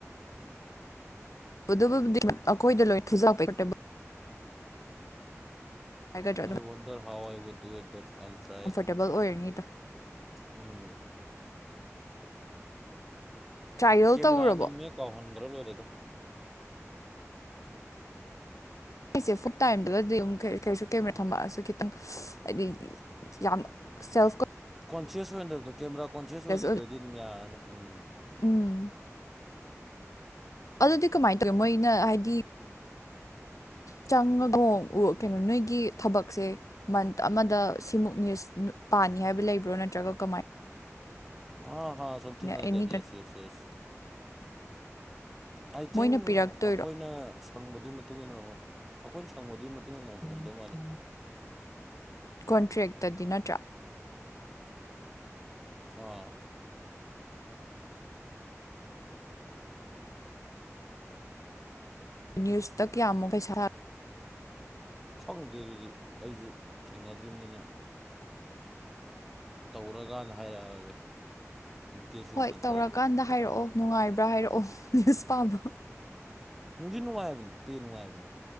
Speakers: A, on the left; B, in the centre.
A: <unintelligible> ꯍꯥꯏꯒꯗ꯭ꯔꯥ ꯑꯗꯨꯝ
B: ꯑꯩ ꯋꯥꯟꯗꯔ ꯍꯥꯎꯋꯥꯏ <unintelligible> ꯆꯥꯏꯌꯦ
A: ꯇꯦꯕꯜ ꯑꯣꯏꯔꯅꯤꯗ
B: ꯎꯝ
A: ꯇ꯭ꯔꯥꯏꯌꯦꯜ
B: ꯀꯦꯃꯦꯔꯥ
A: ꯇꯧꯔꯨꯔꯕꯣ
B: ꯅꯝꯃꯦ ꯀꯥꯎꯍꯟꯒ꯭ꯔ ꯂꯣꯏꯔꯦꯗ
A: ꯑꯩꯁꯦ ꯐꯨꯛ ꯇꯥꯏꯝꯗꯨꯒꯗꯤ ꯑꯃꯨꯛ ꯀꯔꯤꯁꯨ ꯀꯦꯃꯦꯔꯥ ꯊꯝꯃꯛꯑꯁꯨ ꯈꯤꯇꯪ ꯍꯥꯏꯗꯤ ꯌꯥꯝ ꯁꯦꯜꯐꯀ
B: ꯀꯣꯟꯁꯤꯌꯁ ꯑꯣꯏꯍꯟꯗꯕꯗꯣ ꯀꯦꯃꯦꯔꯥ ꯀꯣꯟꯁꯤꯌꯁ ꯑꯣꯏꯒꯤꯗ꯭ꯔꯗꯤ
A: ꯑꯣꯏꯕ
B: ꯑꯗꯨꯝ ꯌꯥꯔꯅꯤ ꯎꯝ
A: ꯎꯝ ꯑꯗꯨꯗꯤ ꯀꯃꯥꯏ ꯇꯧꯋꯤ ꯃꯣꯏꯅ ꯍꯥꯏꯗꯤ ꯆꯪꯉꯒꯣ ꯎ ꯀꯩꯅꯣ ꯅꯣꯏꯒꯤ ꯊꯕꯛꯁꯦ ꯃꯟꯠ ꯑꯃꯗ ꯁꯤꯃꯨꯛ ꯅ꯭ꯌꯨꯁ ꯄꯥꯅꯤ ꯍꯥꯏꯕ ꯂꯩꯕ꯭ꯔꯣ ꯅꯠꯇ꯭ꯔꯒ ꯀꯃꯥꯏ
B: ꯑ ꯍ something like
A: any
B: that yes yes yes I think
A: ꯃꯣꯏꯅ ꯄꯤꯔꯛꯇꯣꯏꯔꯣ
B: ꯑꯈꯣꯏꯅ ꯁꯪꯕꯗꯨꯒꯤ ꯃꯇꯨꯡ ꯏꯟꯅ ꯑꯈꯣꯏꯅ ꯁꯪꯕꯗꯨꯒꯤ ꯃꯇꯨꯡ ꯏꯟꯅ ꯑꯣꯏꯔꯝꯗꯧ ꯃꯥꯜꯂꯤ
A: ꯀꯣꯟꯇ꯭ꯔꯦꯛꯇꯗꯤ ꯅꯠꯇ꯭ꯔꯥ
B: <unintelligible>
A: ꯅ꯭ꯌꯨꯁꯇ ꯀꯌꯥꯃꯨꯛ ꯄꯩꯁꯥ
B: ꯈꯪꯗꯦ ꯑꯗꯨꯗꯤ ꯑꯩꯁꯨ ꯊꯦꯡꯅꯗ꯭ꯔꯤꯕꯅꯤꯅ ꯇꯧꯔꯀꯥꯟꯗ ꯍꯥꯏꯔꯛꯑꯒꯦ ꯏꯟ ꯀꯦꯁ ꯌꯨ
A: ꯍꯣꯏ
B: ꯋꯥꯟꯅ
A: ꯇꯧꯔꯀꯥꯟꯗ
B: ꯇ꯭ꯔꯥꯏ
A: ꯍꯥꯏꯔꯛꯑꯣ ꯅꯨꯡꯉꯥꯏꯕ꯭ꯔꯥ ꯍꯥꯏꯔꯛꯑꯣ ꯅ꯭ꯌꯨꯁ ꯄꯥꯕ
B: ꯅꯨꯡꯗꯤ ꯅꯨꯡꯉꯥꯏꯕꯅꯦ ꯄꯦ ꯅꯨꯡꯉꯥꯏꯕꯅꯦ